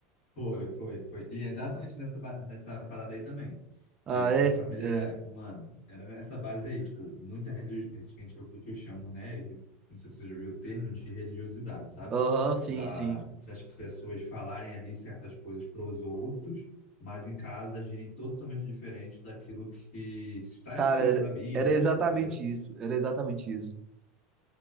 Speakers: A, on the left; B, on the right.
A: Foi, foi, foi. E é exatamente nessa, ba- nessa parada aí também.
B: Ah,
A: É,
B: é?
A: minha família
B: É.
A: era, mano, era nessa base aí, tipo, muita religiosidade, é o que que eu chamo, né? Não sei se você já viu o termo de religiosidade, sabe?
B: Aham, sim,
A: Da,
B: sim.
A: das pessoas falarem ali certas coisas para os outros, mas em casa agirem totalmente diferente daquilo que está
B: Cara,
A: escrito
B: era,
A: na Bíblia,
B: era exatamente
A: entendeu?
B: isso. Era exatamente isso.